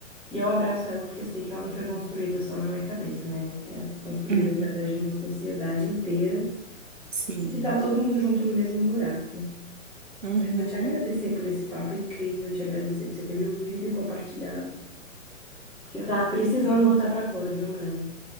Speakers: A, in the centre; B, on the right (about 65°).
A: e eu abraço ela porque sei que ela não foi construída só na minha cabeça, né? É construída
B: Uhum.
A: através de uma sociedade inteira
B: Sim.
A: e que tá todo mundo junto no mesmo buraco, né?
B: Uhum.
A: Mas vou te agradecer por esse papo incrível, te agradecer por você ter me ouvido e compartilhado, porque eu tava precisando
B: <laughs>
A: botar pra fora, viu, mulher?